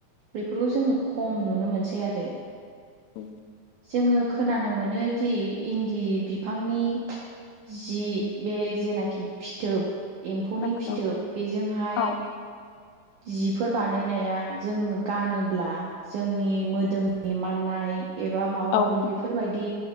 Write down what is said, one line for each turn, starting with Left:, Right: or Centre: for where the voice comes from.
Right: बेफोरखौ जोङो खम नुनो मोनसै आरो
Left: औ
Right: जोङो खोनानो मोनोदि इन्दि बिफांनि जि बे जेनाखि फिथोब एम्फौनि
Left: नंगौ
Right: फिथोब बेजोंहाय
Left: औ <inaudible>
Right: जिफोर बानायनाया जों गानोब्ला जोंनि मोदोमनि माननाय एबा माबा
Left: औ
Right: माबि बेफोरबायदि